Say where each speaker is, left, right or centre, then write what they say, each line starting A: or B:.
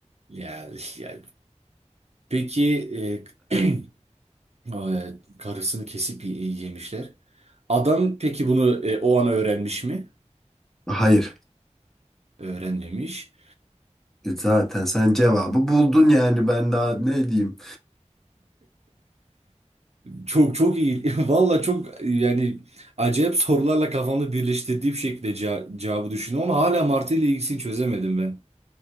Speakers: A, on the right; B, in the centre.
A: ya, ya. Peki e, <clears throat> o, e, karısını kesip y- yemişler. Adam peki bunu e, o ana öğrenmiş mi?
B: Hayır.
A: Öğrenmemiş.
B: E Zaten sen cevabı buldun yani ben daha ne diyeyim.
A: Çok çok iyi. <laughs> Valla çok e, yani acayip sorularla kafamda birleştirdiğim şekilde ce- cevabı düşündüm ama hala Martı ile ilgisini çözemedim ben.